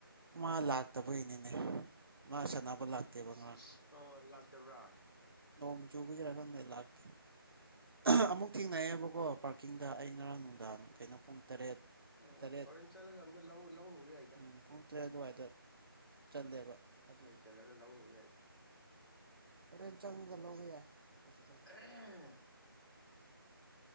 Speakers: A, on the right; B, on the left.
A: ꯃꯥ ꯂꯥꯛꯇꯕꯩꯅꯤꯅꯦ ꯃꯥ ꯁꯅꯥꯕ ꯂꯥꯛꯇꯦꯕ ꯉꯥꯔꯥꯡ
B: <unintelligible> ꯑꯣ ꯂꯥꯛꯇꯕ꯭ꯔꯥ
A: ꯅꯣꯡ ꯆꯨꯕꯒꯤꯔꯥ ꯈꯪꯗꯦ ꯂꯥꯛꯇꯦ ꯑꯍꯥ ꯑꯃꯨꯛ ꯊꯦꯡꯅꯩꯌꯦꯕꯀꯣ ꯄꯔꯥꯛ ꯀꯤꯡꯗ ꯑꯩ ꯉꯔꯥꯡ ꯅꯨꯡꯗꯥꯡ ꯀꯩꯅꯣ ꯄꯨꯡ ꯇꯔꯦꯠ
B: ꯑ
A: ꯇꯔꯦꯠ
B: ꯍꯣꯔꯦꯟ ꯆꯠꯂꯒꯗ ꯑꯃꯇꯥ ꯂꯧ ꯂꯧꯔꯨ ꯌꯥꯏ
A: ꯎꯝ ꯄꯨꯡ ꯇꯔꯦꯠ ꯑꯗꯨꯋꯥꯏꯗ ꯆꯜꯂꯦꯕ ꯑꯗꯨ
B: ꯇꯜꯂꯒ ꯂꯧꯔꯨ ꯑꯩ ꯌꯥꯏꯗ
A: ꯍꯣꯔꯦꯟ ꯆꯪꯉꯒ ꯂꯧꯕ ꯌꯥꯏ
B: <unintelligible>
A: ꯀꯩꯁꯨ ꯀꯥꯏꯗꯦ